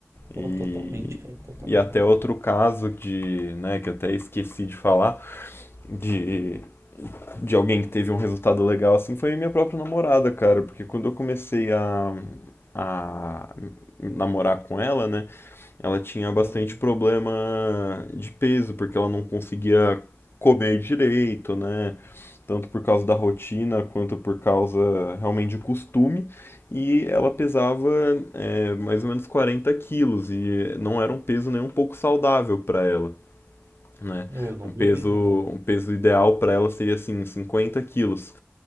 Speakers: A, on the right; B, on the left.
A: Pô,
B: E,
A: totalmente, cara, totalmente.
B: e até outro caso de, né, que até esqueci de falar, de, de alguém que teve um resultado legal assim, foi minha própria namorada, cara, porque quando eu comecei a, a namorar com ela, né, ela tinha bastante
A: Eu,
B: problema de peso, porque ela não conseguia comer direito, né? tanto por causa da rotina quanto por causa realmente de costume. E ela pesava é, mais ou menos 40 quilos e não era um peso nem um pouco saudável para ela, né?
A: eu não
B: Um
A: duvido,
B: peso,
A: né?
B: um peso ideal para ela seria assim 50 quilos.